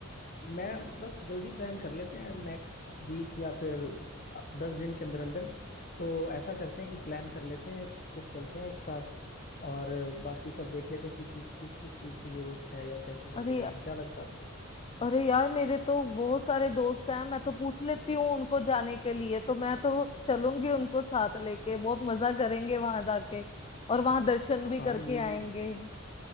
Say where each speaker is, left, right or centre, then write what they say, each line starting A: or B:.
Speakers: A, on the left (about 40°); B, on the left (about 25°).
A: मैं बस जल्दी प्लान कर लेते हैं नेक्स्ट वीक या फिर दस दिन के अंदर अंदर तो ऐसा करते हैं कि प्लान कर लेते हैं फिर चलते हैं एक साथ और बाकी सब देख लेते हैं कि किस किस किस चीज़ की ज़रूरत है या कैसे कैसे
B: अरे
A: करना
B: या-
A: है। क्या लगता है आपको
B: अरे यार मेरे तो बहुत सारे दोस्त हैं मैं तो पूछ लेती हूँ उनको जाने के लिए तो मैं तो चलूंगी उनको साथ लेके बहुत मजा करेंगे वहां जाके और वहां दर्शन भी
A: हाँ
B: करके
A: ये भी
B: आएंगे